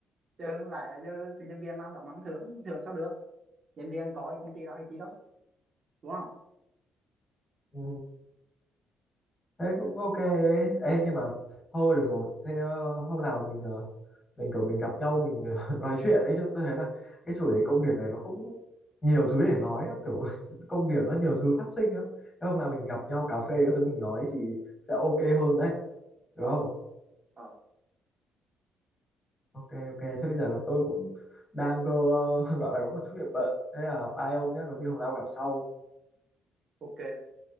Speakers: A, on the right; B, on the left.
A: chứ không lẽ giờ nhân viên làm đó mắng thưởng thưởng sao được nhân viên có công ty ra cái chi đó đúng không
B: ừ. thế cũng ok ấy. Ê, nhưng mà thôi được rồi thế ờ, hôm nào mình ờ, mình kiểu mình gặp nhau mình <laughs> nói chuyện ấy chứ tôi thấy là cái chủ đề công việc này nó cũng nhiều thứ để nói lắm kiểu <laughs> công việc nó nhiều thứ phát sinh lắm thế hôm nào mình gặp nhau cà phê các thứ mình nói thì sẽ ok hơn đấy được
A: ờ
B: không
A: ờ
B: ok ok thế bây giờ là tôi cũng đang cơ, <laughs> gọi là có một chút việc bận thế là bye ông nhé có gì hôm nào gặp sau
A: ok